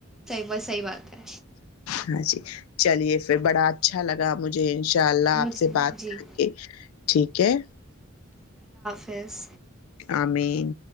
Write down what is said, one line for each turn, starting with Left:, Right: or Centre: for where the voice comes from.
Centre: بہت صحیح بات ہے
Left: ہاں جی چلیے پھر بڑا اچھا لگا مجھے انشاء اللہ
Centre: مجھ
Left: آپ سے بات
Centre: جی
Left: کر کے ٹھیک ہے
Centre: فظ
Left: آمین